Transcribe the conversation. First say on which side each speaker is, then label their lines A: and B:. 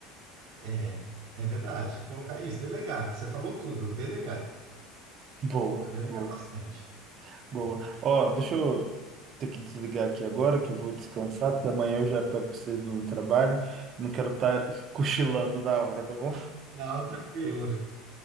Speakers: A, on the right; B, on the right.
A: É, é verdade. Colocar isso, delegar. Você falou tudo, delegar.
B: Boa,
A: Delegar
B: boa.
A: bastante.
B: Boa.
A: É.
B: Ó, deixa eu ter que desligar aqui agora, que eu vou descansar, porque amanhã eu já pego cedo no trabalho. Não quero estar <laughs> cochilando na hora, tá bom?
A: Não, tranquilo.